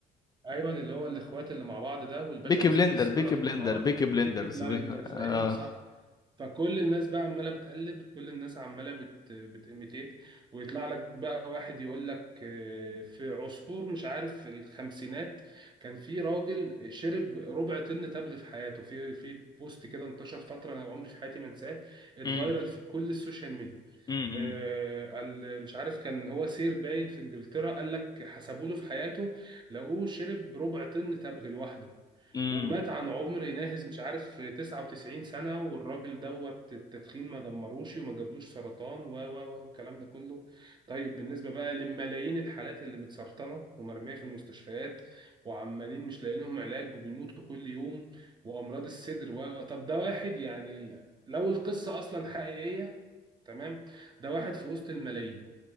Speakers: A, on the right; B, on the left.
A: ايوه اللي هو الاخوات اللي مع بعض ده والباشا
B: بيكي
A: ماسك
B: بلندر
A: لي السيجاره
B: بيكي
A: طول
B: بلندر
A: النهار
B: بيكي بلندرز
A: بيكي بلايندرز
B: بيكي... اه
A: ايوه صح فكل الناس بقى عماله بتقلد كل الناس عماله بت بتيميتيت ويطلع لك بقى واحد يقول لك آه، في عصفور مش عارف في الخمسينات كان في راجل شرب ربع طن تبغ في حياته في في بوست كده انتشر فتره انا عمري في حياتي ما انساه اتفايرل
B: أمم،
A: في كل السوشيال ميديا
B: أمم،
A: آه، قال مش عارف كان هو سير باين في انجلترا قال لك حسبوا له في حياته لقوه شرب ربع طن تبغ لوحده
B: أمم،
A: ومات عن عمر ناهز مش عارف 99 سنة والراجل دوت التدخين ما دمروش وما جابلوش سرطان و و و والكلام ده كله طيب بالنسبة بقى لملايين الحالات اللي متسرطنة ومرمية في المستشفيات وعمالين مش لاقيين لهم علاج وبيموتوا كل يوم وأمراض الصدر و و طب ده واحد يعني لو القصة أصلا حقيقية تمام ده واحد في وسط الملايين